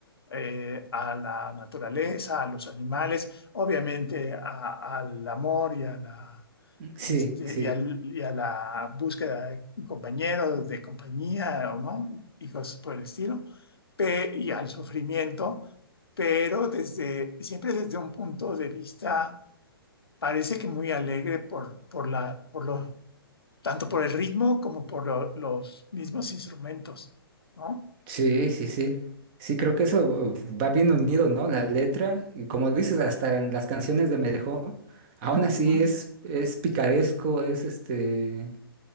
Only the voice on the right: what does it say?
Sí,
sí.
Sí, sí, sí. Sí, creo que eso uh, va bien unido, ¿no? La letra, y como dices, hasta en las canciones de Me dejó, aún así
es, es picaresco, es este,